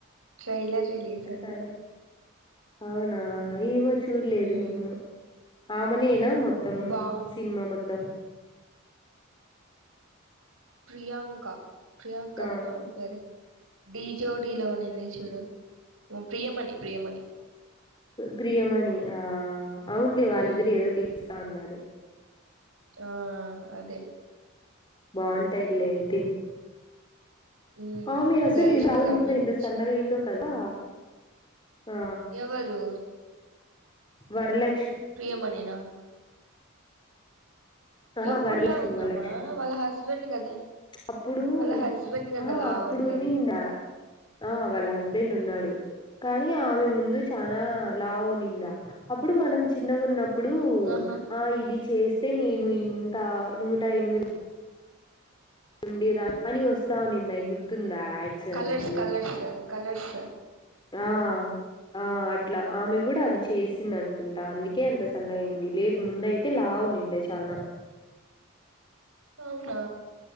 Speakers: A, on the right; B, on the left.
A: ట్రైలర్ రిలీజ్ అయింది
B: సరే అవునా ఏమో చూడలేదు
A: ఉమ్
B: నేను ఆ మనియేనా మొత్తం
A: బాగుంది
B: సినిమా మొత్తం
A: ప్రయాంక ప్రయాంకనేనా
B: ఆ!
A: ఆమె పేరు డిజోడిలో ఉన్నింది చూడు ప్రయమణి ప్రియమణి
B: ప్రియమణి ఆ అవునులే వాళ్ళిద్దరు
A: ఉమ్
B: ఏదో తీస్తా ఉన్నారు
A: ఆ అదే
B: బాగుంటాయిల్లే అయితే
A: ఉమ్
B: అ మీ అసలు
A: గర్ల్స్
B: ఇంద
A: కి
B: అవునుంద
A: సంబంధించిన
B: ఎంత సన్నగా అయిదో కదా ఆ!
A: ఎవరు
B: వరల్క్
A: ప్రయమణినా
B: అహా!
A: ఎప్పుడు
B: వరలక్ష్మి,
A: లావుందమ్మ
B: వరలక్ష్మి.
A: వాళ్ళ హస్బెండ్ కదా
B: అప్పుడు
A: వాళ్ళ హస్బెండ్ కదా
B: ఆ
A: లా
B: అప్పుడు
A: ఉండేది
B: ఉన్నిందా ఆ వాళ్ళ హస్బెండ్ ఉన్నాడు కానీ ఆమె ముందు చాలా లావు ఉన్నిండా అప్పుడు మనం చిన్నగా ఉన్న ఇప్పుడు
A: ఆహా
B: ఆ ఇది చేస్తే నేను ఇంత నూట ఎనిమిది ఉండేదా అని వస్తావునిన్నయి గుర్తుందా యాడ్స్
A: కలర్స్
B: అందుకు
A: కలర్స్ కలర్స్
B: ఆ ఆ అట్లా ఆమె కూడా అది చేసింది అనుకుంటా అందుకే అంత సన్నగా అయింది లేదు ముందైతే లావు ఉన్నిండా చానా
A: అవునా